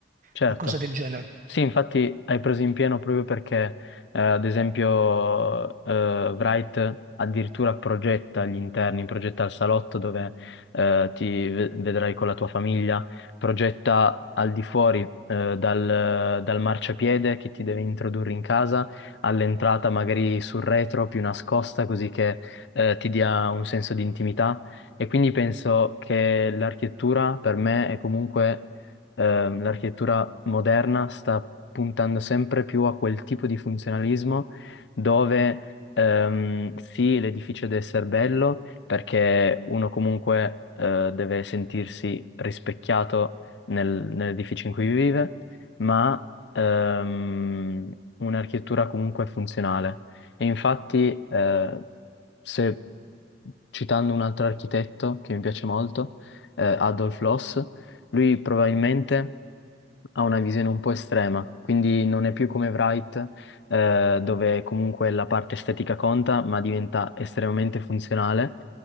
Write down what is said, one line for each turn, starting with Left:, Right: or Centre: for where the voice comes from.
Left: certo.
Right: qualcosa del genere.
Left: Sì, infatti hai preso in pieno proprio perché, eh, ad esempio, eh, Wright addirittura progetta gli interni, progetta il salotto dove eh, ti ve- vedrai con la tua famiglia, progetta al di fuori eh, dal, dal marciapiede che ti deve introdurre in casa, all'entrata magari sul retro più nascosta, così che eh, ti dia un senso di intimità. E quindi penso che l'architettura per me è comunque ehm, l'architettura moderna sta puntando sempre più a quel tipo di funzionalismo dove ehm, sì, l'edificio deve essere bello perché uno comunque eh, deve sentirsi rispecchiato nel- nell'edificio in cui vive, ma ehm, un'architettura comunque funzionale. E infatti, eh, se citando un altro architetto che mi piace molto, eh, Adolf Loss, lui probabilmente ha una visione un po' estrema, quindi non è più come Wright, eh, dove comunque la parte estetica conta, ma diventa estremamente funzionale,